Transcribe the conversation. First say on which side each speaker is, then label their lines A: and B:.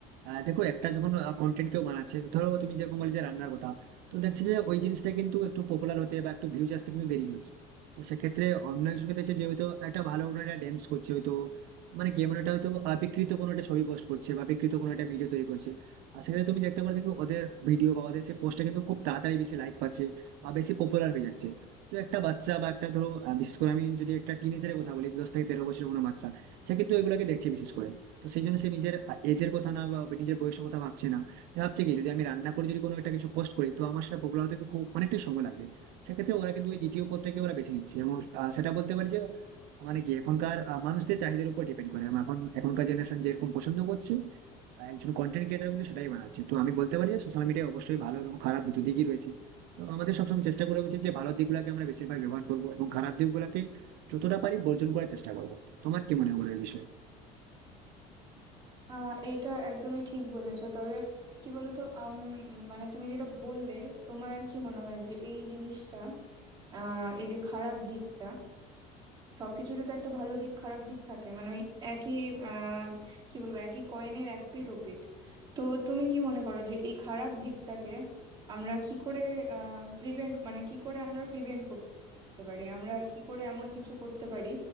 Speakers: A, on the right; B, on the right.
A: আহ, দেখো একটা যখন কন্টেন্ট কেউ বানাচ্ছে ধরো তুমি যেরকম বলে যে রান্নার কথা তো দেখছি যে ওই জিনিসটা কিন্তু একটু পপুলার হতে বা একটু ভিউজ আসতে কিন্তু দেরি হচ্ছে তো সেক্ষেত্রে অন্য একজনকে দেখছে যে হয়তো একটা ভালো কোনো একটা ড্যান্স করছে হয়তো মানে কি এমন একটা হয়তো আহ, বিকৃত কোনো একটা ছবি পোস্ট করছে বা বিকৃত কোনো একটা ভিডিও তৈরি করছে আর সেক্ষেত্রে তুমি দেখতে পারো দেখবে ওদের ভিডিও বা ওদের সেই পোস্টটা কিন্তু খুব তাড়াতাড়ি বেশি লাইক পাচ্ছে বা বেশি পপুলার হয়ে যাচ্ছে তো একটা বাচ্চা বা একটা ধরো আহ, বিশেষ করে আমি যদি একটা টিনেজারের কথা বলি দশ থেকে তেরো বছরের কোনো বাচ্চা সে কিন্তু এগুলোকে দেখছে বিশেষ করে তো সেই জন্য সে নিজের এজের কথা না বা নিজের বয়সের কথা ভাবছে না সে ভাবছে কি যদি আমি রান্না করে যদি কোনো একটা কিছু পোস্ট করি তো আমার সেটা পপুলার হতে কিন্তু খুব অনেকটাই সময় লাগবে সেক্ষেত্রে ওরা কিন্তু ওই দ্বিতীয় পত্রকে ওরা বেছে নিচ্ছে এবং আহ, সেটা বলতে পারি যে মানে কি এখনকার আহ, মানুষদের চাহিদার উপর ডিপেন্ড করে আমার এখন এখনকার জেনারেশন যেরকম পছন্দ করছে আহ, একজন কন্টেন্ট ক্রিয়েটার কিন্তু সেটাই বানাচ্ছে তো আমি বলতে পারি যে সোশ্যাল মিডিয়া অবশ্যই ভালো এবং খারাপ দুটো দিকই রয়েছে তো আমাদের সবসময় চেষ্টা করা উচিত যে ভালো দিকগুলোকে আমরা বেশিরভাগ ব্যবহার করবো এবং খারাপ দিকগুলোকে যতটা পারি বর্জন করার চেষ্টা করবো তো তোমার কি মনে হয় বলো এই বিষয়ে
B: আহ এইটা একদমই ঠিক বলেছো তবে কি বলতো আম মানে তুমি যেটা বললে তোমার কি মনে হয় যে এই জিনিসটা আহ এই যে খারাপ দিকটা সবকিছুরই তো একটা ভালো দিক খারাপ দিক থাকে মানে ওই একই আহ কি বলবো একই কয়েনের এক পিঠ ও পিঠ তো তুমি কি মনে করো যে এই খারাপ দিকটাকে আমরা কি করে আহ প্রিভেন্ট মানে কি করে আমরা প্রিভেন্ট করতে পারি আমরা কি করে এমন কিছু করতে পারি